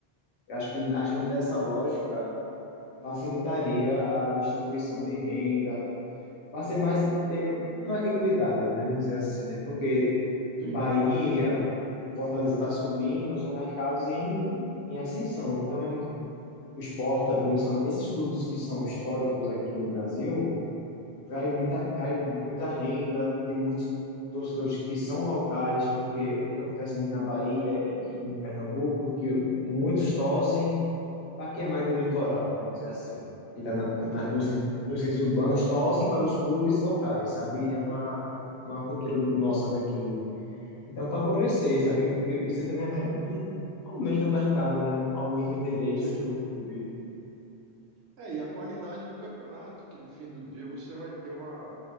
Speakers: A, on the left; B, on the right.
A: eu acho que agindo dessa lógica, facilitaria a distribuição de renda, para ser mais ter uma equidade, né? Vamos dizer assim, né? Porque
B: Sim,
A: Bahia, o Fortaleza está subindo, são mercados em, em ascensão. Então, a gente o Sport também, que são esses clubes que são históricos aqui no Brasil, traz muita, traz muita renda, tem muitos torcedores que são locais, porque o que acontece muito na Bahia e aqui em Pernambuco, que muitos torcem para quem é mais do litoral, né, vamos dizer assim, que está na,
B: aham,
A: na, nos, centros- nos centros urbanos, torcem para os clubes locais, sabe? É uma, uma cultura nossa daqui. Então, favorecer, sabe? Isso também atrai muito aumenta o mercado, né? Aumenta o interesse
B: sim.
A: pelo clube.
B: É, e a qualidade do campeonato, que no fim do dia você vai ter uma.